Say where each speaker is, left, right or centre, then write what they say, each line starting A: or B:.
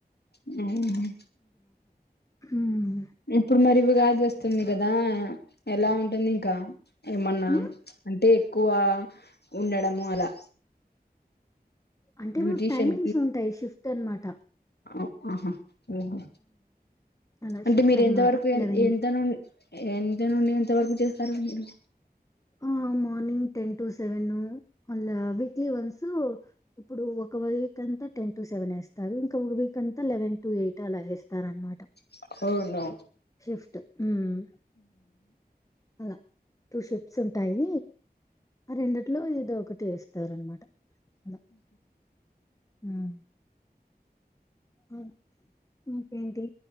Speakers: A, on the left; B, on the left.
A: హ్మ్
B: హ్మ్
A: ఇప్పుడు మరి వ్ రాజ్ వస్తుంది కదా ఎలా ఉంటుంది ఇంకా ఏమన్నా
B: ఉమ్
A: మ్ అంటే క్కువ ఉండడము అలా
B: అంటే
A: బ్యూటీషియన్
B: మాకు టైమింగ్స్ ఉంటాయి షిఫ్ట్ అన్ మాట్ <unintelligible>
A: ఆ అహా ఓహో
B: అలా
A: అంటే
B: షిఫ్ట్
A: మీరు
B: అనమాట
A: ఎంత వరకు ఎ
B: లెవెన్
A: ఎంత నున్ ఎంత నుండి ఎంత వరకు చేస్తారు మీరు
B: ఆ మార్నింగ్ టెన్ టు సెవెను అలా వీక్లీ వన్సు ఇప్పుడు ఒక వీక్ అంతా టెన్ టు సెవెన్ వేస్తారు. <unintelligible> వీక్ అంత లెవెన్ టు ఎయిట్ తలఎస్ తార్ అన్నమాట
A: అవును
B: షిఫ్ట్ ఉమ్ అలా టూ షిఫ్ట్స్ ఉంటాయి. ఆ రెండిట్లో ఇదో ఒకటి వేస్తారు అనమాట అల ఉమ్ ఆ ఇంకేంటి